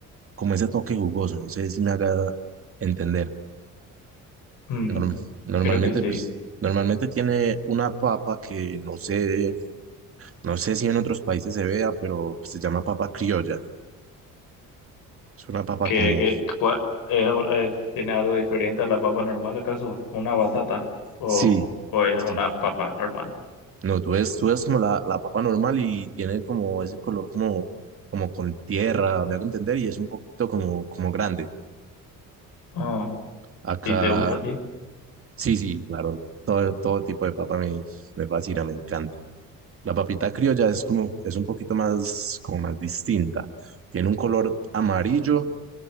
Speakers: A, on the right; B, on the left.
A: como ese toque jugoso, no sé si me haga entender.
B: Mm,
A: Norm- normalmente,
B: creo que sí.
A: pues, normalmente tiene una papa que no sé, no sé si en otros países se vea, pero se llama papa criolla. Es una papa
B: ¿Qué,
A: como,
B: qué,
A: <laughs>
B: cua- es, es- ¿tiene algo diferente a la papa normal, acaso? ¿Una batata? ¿O,
A: sí,
B: o es
A: sí.
B: una papa normal?
A: No, tú ves, tú ves como la, la papa normal y tiene como ese color como, como con tierra, me hago entender, y es un poquito como, como grande.
B: Ah,
A: Acá,
B: ¿y te gusta a ti?
A: sí, sí, claro, todo, todo tipo de papa me, me fascina, me encanta. La papita criolla es como, es un poquito más, como más distinta. Tiene un color amarillo